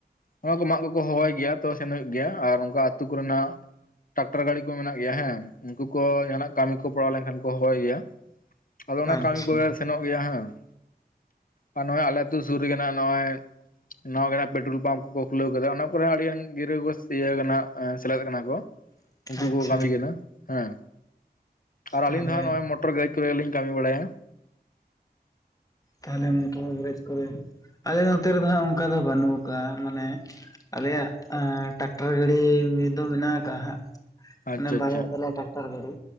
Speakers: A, on the left (about 55°); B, on the left (about 20°).
A: ᱚᱱᱟ ᱠᱚ ᱢᱟᱜ ᱠᱚᱠᱚ ᱦᱚᱦᱚᱭ ᱜᱮᱭᱟ ᱛᱚ ᱥᱮᱱ ᱦᱩᱭᱩᱜ ᱜᱮᱭᱟ ᱟᱨ ᱚᱱᱠᱟ ᱟᱛᱳ ᱠᱚᱨᱮᱱᱟᱜ ᱴᱨᱟᱠᱴᱟᱨ ᱜᱟᱹᱰᱤ ᱠᱚ ᱢᱮᱱᱟᱜ ᱜᱮᱭᱟ ᱦᱮᱸ ᱩᱱᱠᱩ ᱠᱚ ᱡᱟᱦᱱᱟᱜ ᱠᱟᱹᱢᱤ ᱠᱚ ᱯᱟᱲᱟᱣ ᱞᱮᱱᱠᱷᱟᱱ ᱠᱚ ᱦᱚᱦᱚᱭ ᱜᱮᱭᱟ᱾ ᱟᱫᱚ ᱚᱱᱟ
B: ᱟᱪᱪᱷᱟ
A: ᱠᱟᱹᱢᱤ ᱠᱚᱜᱮ ᱥᱮᱱᱚᱜ ᱜᱮᱭᱟ ᱦᱟᱜ, ᱟᱨ ᱱᱚᱜᱼᱚᱭ ᱟᱞᱮ ᱟᱹᱛᱩ ᱥᱩᱨ ᱨᱮ ᱱᱚᱜᱼᱚᱭ ᱱᱟᱣᱟᱱᱟᱜ ᱯᱮᱴᱨᱳᱞ ᱯᱟᱢᱯ ᱠᱚᱠᱚ ᱠᱷᱩᱞᱟᱹᱣ ᱠᱟᱫᱟ ᱚᱱᱟ ᱠᱚᱨᱮ ᱦᱚᱸ ᱟᱹᱰᱤ ᱜᱟᱱ ᱜᱤᱫᱽᱟᱹ ᱠᱚ ᱤᱭᱟᱹ ᱠᱟᱱᱟ ᱥᱮᱞᱮᱫ ᱠᱟᱱᱟ ᱠᱚ᱾ ᱩᱱᱠᱩ
B: ᱟᱪᱪᱷᱟ
A: ᱠᱚ ᱠᱟᱹᱢᱤ ᱠᱟᱱᱟ ᱦᱮᱸ, ᱟᱨ
B: ᱛᱟᱦᱚᱞᱮ
A: ᱟᱹᱞᱤᱧ ᱫᱚ ᱦᱟᱸᱜ ᱱᱚᱜᱼᱚᱭ ᱢᱚᱴ ᱴᱚᱨ ᱜᱮᱨᱮᱡ ᱠᱚᱨᱮ ᱜᱮᱞᱤᱧ ᱠᱟᱹᱢᱤ ᱵᱟᱲᱟᱭᱟ᱾
B: ᱛᱟᱦᱞᱮ ᱢᱚᱴᱚᱨ ᱜᱮᱨᱮᱡ ᱠᱚᱨᱮ, ᱟᱞᱮ ᱱᱚᱛᱮ ᱨᱮᱫᱚ ᱦᱟᱜ ᱚᱱᱠᱟ ᱫᱚ ᱵᱟᱹᱱᱩᱜ ᱟᱠᱟᱫᱟ ᱢᱟᱱᱮ ᱟᱞᱮᱭᱟᱜ ᱴᱨᱟᱠᱴᱟᱨ ᱜᱟᱹᱲᱤ ᱫᱚ ᱢᱮᱱᱟᱜ ᱟᱠᱟᱜᱼᱟ ᱦᱟᱸᱜ᱾
A: ᱟᱪᱪᱷᱟ
B: ᱢᱟᱱᱮ ᱵᱟᱨᱚ
A: ᱟᱪᱪᱷᱟ
B: ᱛᱚᱞᱟ ᱴᱨᱟᱠᱴᱟᱨ ᱜᱟᱹᱲᱤ᱾